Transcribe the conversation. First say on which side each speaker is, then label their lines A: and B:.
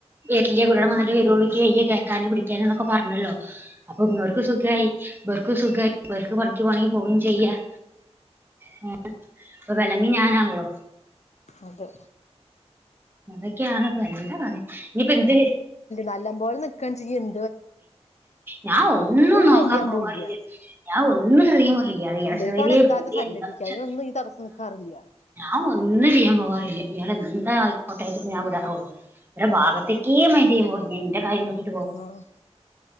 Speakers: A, on the right; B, on the left.
A: വെര്ല്ല്യാ കുട്ടിഏട്ടം വന്ന്ട്ടെ വെരുഒള്ളൂ ക്കി വെയ്യ കേക്കാനും പിടിക്കാനും ന്നൊക്കെ പർഞ്ഞല്ലോ അപ്പം ഇങ്ങോര്ക്ക് സുഖായി വർക്കും സുഖായി ഇവർക്ക് പണിക്ക് പോണങ്കി പോഉം ചെയ്യാം <unintelligible> പ്പ വെലങ് ഞാനാണല്ലോ
B: അതെ
A: അതൊക്കെയാണ് പ്പംഎന്താ പറി ന്നി പ്പം എന്ത്ന്
B: നല്ലം പോലെ നിക്കേംചെയ്യും എൻ
A: ഞാൻ ഒന്നും ന്നോക്കാൻ
B: മൈൻഡ് ചെയ്യാൻ
A: പോവാറി
B: പോയില്ല
A: ല്ല ഞാൻ ഒന്ന് ശ്രദ്ദിക്കുബോ ഇയാളെ ഏഷണെവെരി
B: ഇവർക്ക് അവിടെ എന്താച്ച
A: പോവേ
B: സല്ലപിക്ക
A: എന്താണെച്ചാ
B: അതിനൊന്നും ഈ തടസ്സം നിക്കാറില്ല
A: ഞാൻ ഒന്നും ചെയ്യാൻ പോവാറില്ല ഇയാള് എന്താ ആയ്ക്കോട്ടേച്ട്ട് ഞാ വിടാറെ ഒള്ളൂ രെ ഭാഗത്തേക്കെ മൈന്റെയ്യാൻ പോവെല്ല ഞാ ൻ്റെ കാര്യം നോക്കി
B: ആഹ്